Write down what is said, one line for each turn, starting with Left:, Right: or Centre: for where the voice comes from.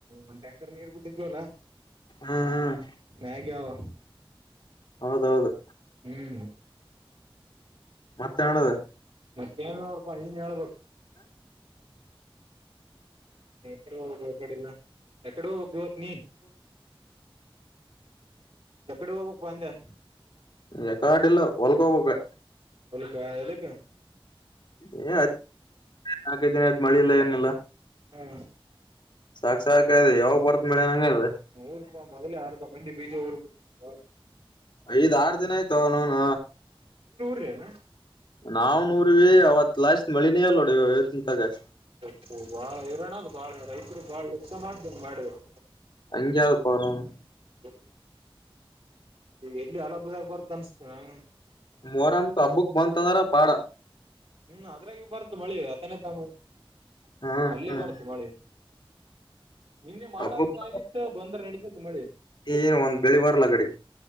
Right: ಒಂದ್ ಟ್ಯಾಂಕರ್ ನೀರ್ ಬಿಟ್ಟಿದ್ವಲ್ಲ
Left: ಹ್ಮ್
Right: ಮ್ಯಾಗೆ ಹಾವ
Left: ಹೌದೌದು
Right: ಹ್ಮ್
Left: ಮತ್ತೇನ್ ನಡ್ದು
Right: ಮತ್ತೇನ್ ನೋಡ್ಪಾ ನೀನ್ ಹೇಳ್ಬೇಕು ನೀನ್ ಎಕಡೆ ಹೋಗಬೇಕು ಹೊ ಕಡೆಲ್ಲ ಎಕಡೆ ಹೋಗಕ್ ಇವತ್ ನೀ ಎಕಡೆ ಹೋಗ್ಬೇಕ್ ಅಂದೆ
Left: ಎಕಾಡಿಲ್ಲ ಹೊಲಕ ಹೋಗಬೇಕು
Right: ಒಲಕ್ಕ ಯಾದಕ್
Left: ಏ ನಾಲ್ಕೈ ದಿನ ಆಯ್ತ್ ಮಳಿಲ್ಲ ಏನಿಲ್ಲ
Right: ಹ್ಮ
Left: ಸಾಕ್ ಸಾಕ್ರಿ ಯಾವಾಗ ಬರ್ತ್ ಮೇಳ ನಂಗ ಅದ
Right: ಮೂರು ರೂಪ ಮೊದ್ ಆರ್ದ ಮಂದಿ ಬೀಜ ಊರ್ಬಿಟ್ಟು
Left: ಐದ್ ಆರು ದಿನ ಆಯ್ತು ನೋನ್
Right: <unintelligible>
Left: ನಾವ್ ನೂರುವಿ ಅವತ್ ಲಾಸ್ಟ್ ಮಳಿನೇ ಇಲ್ಲ್ ನೋಡ್ ಇವತ್ನ್ ತಾಗ
Right: ಅಪ್ಪ ಬಾಳ ಐರೋಣದು ಬಾಳ ರೈತರು ಬಾಳ ಉತ್ಸಾನ ಆದ್ದಂಗ ಮಾಡಿದ್ರು
Left: ಅಂಗಯವುಕೋ ಅವನನ್
Right: ಹ ಈಗ ಎಲ್ಲಿ ಹಲ ಹಬ್ಬ ಬುದ ಬರ್ತ ಅನ್ಸ್ತನೆ ನ
Left: ಮೊರಮಕ್ ಹಬ್ಬಕ್ ಬಂತಂದ್ರ ಪಾಡ
Right: ಹ್ಮ್ ಅದ್ರಾಗ ಬರ್ತು ಮಳಿ ಆ ತನ ತ
Left: ಹ್ಮ್
Right: ಅಲ್ಲೇ
Left: ಹ್ಮ್
Right: ಬರುರ್ತ ಮಳೆ ಹ ನಿನ್ನೆ ಮಾಡೋಗತ್ತು
Left: ಹಬ್ಬಕ್
Right: ಬಂದ್ರೆ ನಡತಿತ್ತು ಮಳಿ
Left: ಏನ್ ಒಂದ್ ಬೆಳಿ ಬರ್ಲ ಗಡಿ